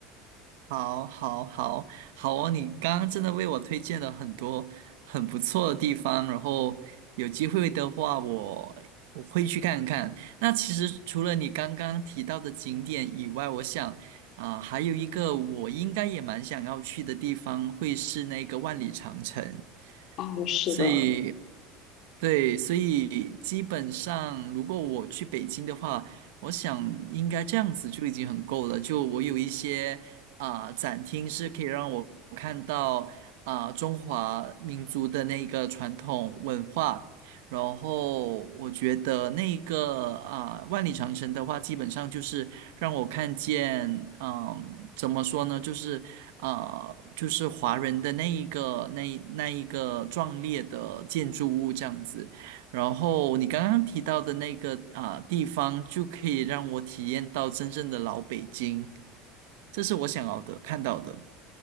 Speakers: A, on the right (about 85°); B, on the left (about 50°).
A: 好，好，好，好哦！你刚刚真的为我推荐了很多很不错的地方，然后有机会的话我，我会去看看。那其实除了你刚刚提到的景点以外，我想啊、还有一个我应该也蛮想要去的地方，会是那个万里长城。
B: 哦，是的，
A: 所以对，所以基本上，如果我去北京的话，我想应该这样子就已经很够了。就我有一些啊、展厅是可以让我看到啊、中华民族的那个传统文化，然后我觉得那个啊、万里长城的话，基本上就是让我看见，嗯、怎么说呢，就是。啊，就是华人的那一个那那一个壮烈的建筑物这样子。然后你刚刚提到的那个啊、地方，就可以让我体验到真正的老北京，这是我想要的看到的。